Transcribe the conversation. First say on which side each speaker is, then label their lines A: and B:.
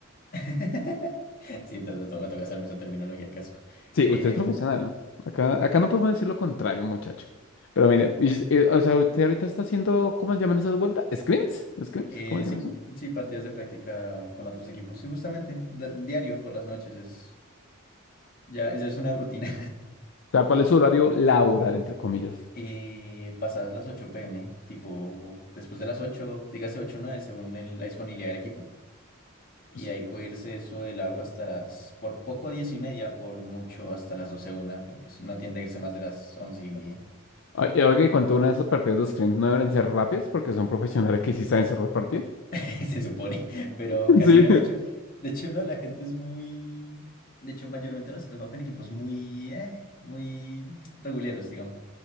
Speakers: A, on the left (about 45°); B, on the left (about 60°).
A: <laughs> Sí, entonces todo me toca hacerme esa terminología, casco.
B: Sí,
A: Eh,
B: usted es profesional. Acá, acá no podemos decir lo contrario, muchacho. Pero mire, y- y, o sea, usted ahorita está haciendo, ¿cómo se llaman esas vueltas? ¿Scrims? ¿Scrims?
A: eh,
B: ¿Cómo se
A: sí,
B: llama eso? O
A: sí, partidas de práctica con otros equipos. Sí, justamente, da- diario por las noches es... Ya, ya es una rutina.
B: sea, ¿cuál es su horario laboral, entre comillas?
A: Y pasadas las 8 pm, tipo después de las 8 dígase 8 o 9 según el- la disponibilidad del equipo. Y
B: Pues,
A: ahí puede irse eso de largo hasta las, por poco 10 y media, por mucho hasta las 12 una, pero pues no tiende a irse más de las once y media,
B: oye, oiga, ¿y cuánto duran esas partidas de scrims? ¿No deben ser rápidas? Porque son profesionales que sí saben cerrar partidas.
A: <laughs> se supone, pero
B: <laughs>
A: casi
B: Sí.
A: no, de hecho. De hecho, no, la gente es muy... De hecho, mayormente nos ha tocado con equipos muy, eh, muy reguleros, digamos.